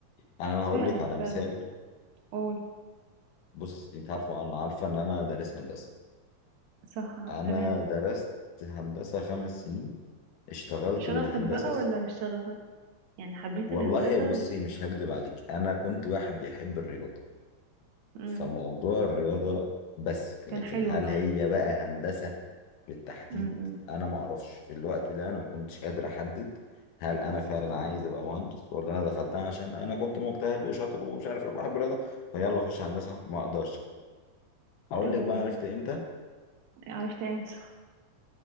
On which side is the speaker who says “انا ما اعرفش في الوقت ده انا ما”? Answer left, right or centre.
Left